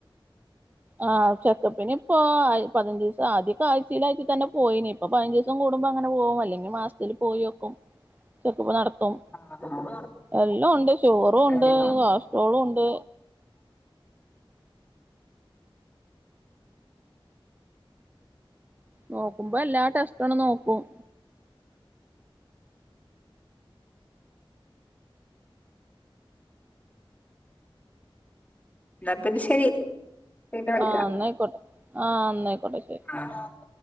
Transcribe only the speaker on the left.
ആഹ്
അതിന്
എന്ന പിന്നെ ശരി പിന്നെ വിളിക്ക
ആഹ്.